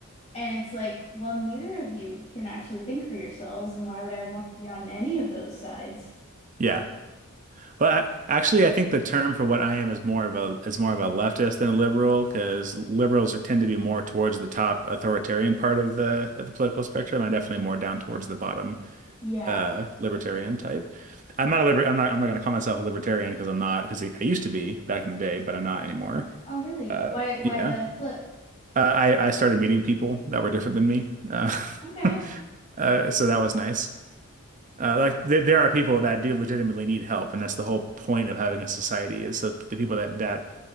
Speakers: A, on the left; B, on the right.
A: and it's like, well, neither of you can actually think for yourselves, and why would I want to be on any of those sides?
B: Yeah. Well, I, actually, I think the term for what I am is more of a is more of a leftist than a liberal because liberals are, tend to be more towards the top authoritarian part of the of the political spectrum. I'm definitely more down towards the bottom
A: Yeah.
B: uh, libertarian type. I'm not a liber I'm not I'm not going to call myself a libertarian because I'm not because I I used to be back in the day, but I'm not anymore.
A: Oh, really?
B: Uh,
A: Why why
B: yeah.
A: the flip?
B: Uh, I I started meeting people that were different than me, uh,
A: Okay.
B: <laughs> uh, so that was nice. Uh, like there, there are people that do legitimately need help, and that's the whole point of having a society is so the people that that